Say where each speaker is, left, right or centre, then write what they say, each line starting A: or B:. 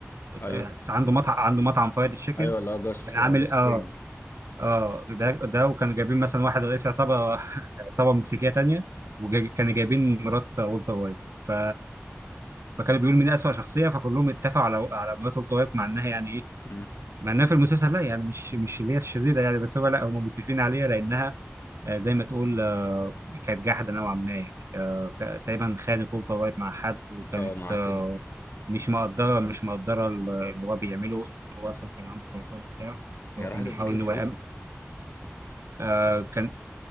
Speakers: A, on the left; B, on the right.
A: ايوه
B: آه، عنده مطعم عنده مطعم فرايد تشيكن
A: ايوه اللي هو جاس
B: كان عامل
A: جاس
B: اه
A: فرينج
B: اه ده ده وكانوا جايبين مثلا واحد رئيس عصابه <laughs> عصابه مكسيكيه تانية وكانوا جايبين مرات والتر وايت ف فكانوا بيقولوا مين اسوأ شخصيه فكلهم اتفقوا على على مرات والتر وايت مع انها يعني ايه
A: مم.
B: مع انها في المسلسل لا يعني مش مش اللي هي الشريره يعني بس هو لا هم متفقين عليها لانها آه، زي ما تقول آه، كانت جاحده نوعا ما يعني آه، ك- تقريبا خانت والتر وايت مع حد وكانت
A: اه مع
B: آه،
A: تيد
B: مش مقدره مش مقدره ال- اللي هو بيعمله إن هو اصلا كان عنده سرطان وبتاع
A: هي
B: هو
A: راحت
B: كان بيحاول
A: اديت له
B: ان
A: فلوس
B: هو يأمن آه، كان